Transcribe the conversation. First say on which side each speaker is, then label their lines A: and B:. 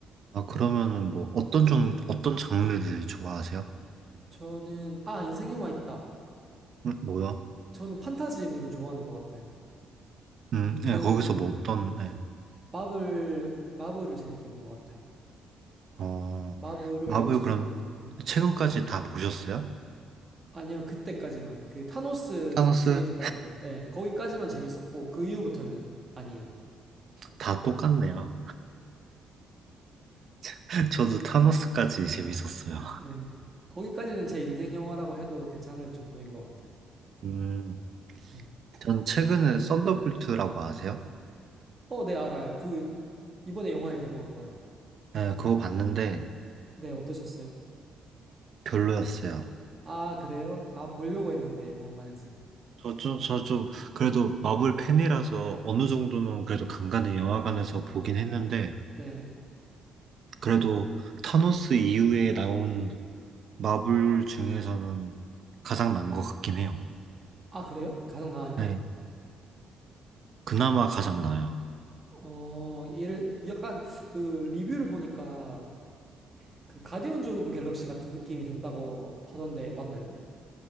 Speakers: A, on the right; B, on the right.
A: 아, 그러면은 뭐 어떤
B: 음,
A: 종, 어떤 장르를 좋아하세요?
B: 저는, 아, 인생 영화 있다.
A: 음, 뭐야?
B: 저는 판타지물을 좋아하는 것 같아요.
A: 음,
B: 저는
A: 네, 거기서 뭐 어떤, 네.
B: 마블, 마블을 재밌게 본 것 같아요.
A: 어,
B: 마블을,
A: 마블
B: 저-
A: 그럼
B: 음,
A: 최근까지 다 보셨어요?
B: 아니요, 그때까지만. 그 타노스
A: 타노스?
B: 시리즈까지만. 네, 거기까지만 재밌었고, 그 이후부터는 아니에요.
A: 다 똑같네요. <laughs> 저도 타노스까지 재밌었어요.
B: 네, 거기까지는 제 인생 영화라고 해도 괜찮을 정도인 것 같아요.
A: 음,
B: 음.
A: 전 최근에 썬더볼트라고 아세요?
B: 어, 네, 알아요. 그, 이번에 영화에 개봉한 거요.
A: 네, 그거 봤는데
B: 네, 어떠셨어요?
A: 별로였어요.
B: 아, 그래요? 아, 보려고 했는데, 영화관에서.
A: 저 좀, 저 좀, 그래도 마블 팬이라서 어느 정도는 그래도 간간히 영화관에서 보긴 했는데,
B: 네.
A: 그래도 타노스 이후에 나온 마블 중에서는 가장 난 것 같긴 해요.
B: 아, 그래요? 가장 나아요?
A: 네. 그나마 가장 나아요.
B: 어, 얘를, 약간, 그, 리뷰를 보니까, 그, 가디언즈 오브 갤럭시 같은 느낌이 든다고 하던데, 맞나요?